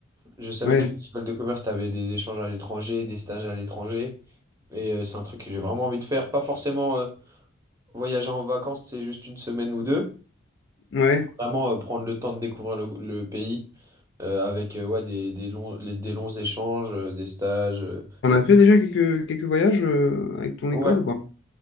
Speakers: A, on the right (about 15°); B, on the left (about 55°).
A: Je savais
B: Ouais.
A: qu'à l'école de commerce, t'avais des échanges à l'étranger, des stages à l'étranger. Et euh, c'est un truc que j'ai vraiment envie de faire. Pas forcément euh, voyager en vacances, c'est juste une semaine ou deux.
B: Ouais.
A: Vraiment euh, prendre le temps de découvrir le, le pays euh, avec euh, ouais, des, des longs, les- des longs échanges, euh, des stages. euh.
B: On a fait déjà quelques, quelques voyages euh, avec ton
A: Ouais,
B: école ou pas?